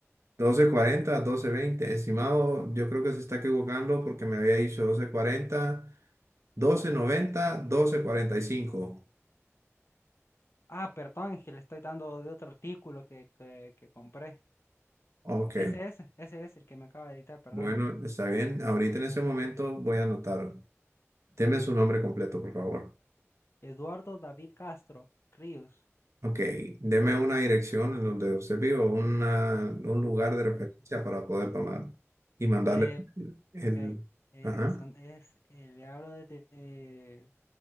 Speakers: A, on the right; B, on the left.
A: Doce cuarenta, doce veinte, Estimado, yo creo que se está equivocando porque me había dicho doce doce doce cuarenta, noventa, doce cuarenta y cinco.
B: Ah, perdón, es que le estoy dando de otro artículo que, que, que compré.
A: Ok.
B: Ese es, ese es el que me acaba de dictar, perdóname.
A: Bueno, está bien. Ahorita en ese momento voy a anotar. Deme su nombre completo, por favor.
B: Eduardo David Castro, Ríos.
A: Ok, deme una dirección en donde usted vive o una- un lugar de referencia para poder tomar y mandarle
B: Eh,
A: el, el-
B: ok, eh,
A: ajá,
B: San- es, eh, le hablo desde eh,